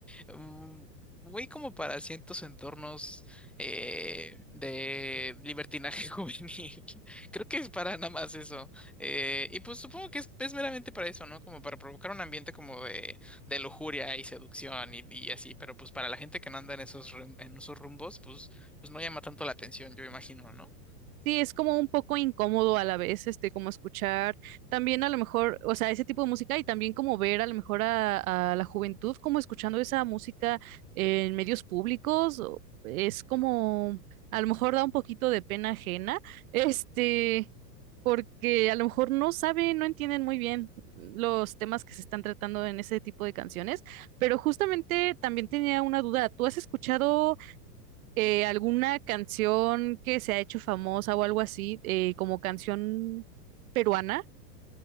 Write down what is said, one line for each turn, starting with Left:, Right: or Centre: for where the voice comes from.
Centre: mm, muy como para ciertos entornos eh, de libertinaje <laughs> juvenil. Creo que es para nada más eso. Eh, y pues supongo que es, es meramente para eso, ¿no? Como para provocar un ambiente como de, de lujuria y seducción y, y así. Pero pues para la gente que no anda en esos, rum- en esos rumbos, pues, pues no llama tanto la atención, yo imagino, ¿no?
Right: Sí, es como un poco incómodo a la vez, este, como escuchar también a lo mejor, o sea, ese tipo de música y también como ver a lo mejor a, a la juventud como escuchando esa música en medios públicos, o- es como, a lo mejor da un poquito de pena ajena, <laughs> este, porque a lo mejor no saben, no entienden muy bien los temas que se están tratando en ese tipo de canciones, pero justamente también tenía una duda, ¿tú has escuchado eh, alguna canción que se ha hecho famosa o algo así, eh, como canción peruana.